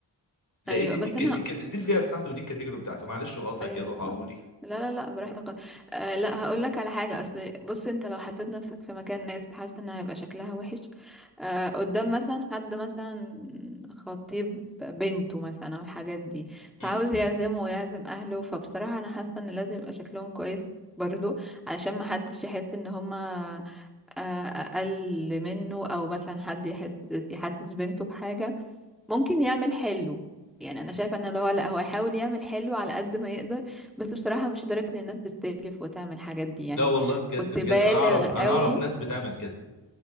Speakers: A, on the left; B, in the centre.
A: لان
B: ايوه
A: دي
B: بس
A: ك-
B: انا
A: دي ك- دي الفئه
B: مم.
A: بتاعته ودي الكاتيجوري بتاعته معلش بقاطعك
B: ايوه
A: يا ضحى
B: صح
A: اقول
B: لا لا لا براحتك آه لا هقول لك على حاجه اصل بص انت لو حطيت نفسك في مكان ناس حاسه ان هيبقى شكلها وحش آه قدام مثلا حد مثلا خطيب بنته مثلا او الحاجات دي
A: مم.
B: فعاوز يعزمه ويعزم اهله فبصراحه انا حاسه ان لازم يبقى شكلهم كويس برضو علشان ما حدش يحس ان هما آه، اقل منه او مثلا حد يحس يحسس بنته بحاجه ممكن يعمل حلو يعني انا شايفه ان اللي هو لا هو يحاول يعمل حلو على قد ما يقدر بس بصراحه مش لدرجه ان الناس تستلف وتعمل الحاجات دي يعني
A: لا والله بجد
B: كنت
A: بجد
B: بالغ
A: انا اعرف انا
B: قوي
A: اعرف ناس بتعمل كده